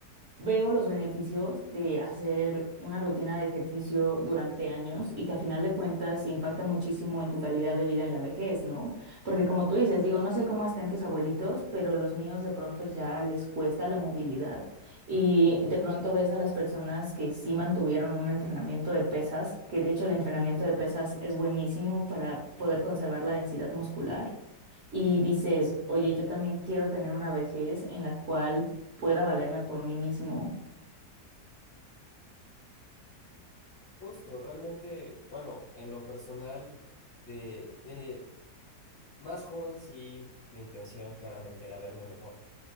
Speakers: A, on the right; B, on the left.
A: Veo los beneficios de hacer una rutina de ejercicio durante años y que a final de cuentas impacta muchísimo en tu calidad de vida en la vejez, ¿no? Porque como tú dices, digo, no sé cómo estén tus abuelitos, pero los míos de pronto ya les cuesta la movilidad y de pronto ves a las personas que sí mantuvieron un entrenamiento de pesas, que de hecho el entrenamiento de pesas es buenísimo para poder conservar la densidad muscular y dices, oye, yo también quiero tener una vejez en la cual pueda valerme por mí mismo.
B: Justo, realmente, bueno, en lo personal, de, de más joven sí, mi intención claramente era verme mejor,